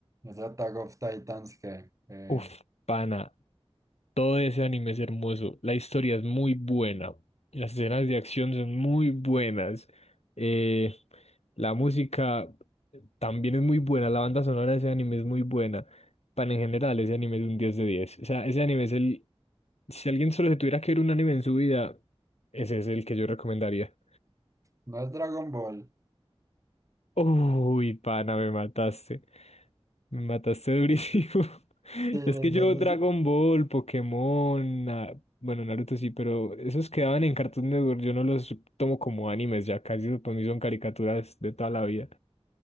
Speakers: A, on the right (about 30°); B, on the left (about 85°).
A: Es Attack of Titans que, eh,
B: Uf, pana. Todo ese anime es hermoso. La historia es muy buena. Las escenas de acción son muy buenas. eh, la música también es muy buena. La banda sonora de ese anime es muy buena. Pero en general, ese anime es un 10 de 10. O sea, ese anime es el... Si alguien solo se tuviera que ver un anime en su vida, ese es el que yo recomendaría.
A: no es Dragon Ball.
B: Uy, pana, me mataste. Me mataste durísimo. <laughs>
A: Sí, es
B: Es que yo
A: de DC.
B: Dragon Ball, Pokémon, Na- bueno, Naruto sí, pero esos quedaban en Cartoon Network. Yo no los tomo como animes, ya casi para mí son caricaturas de toda la vida.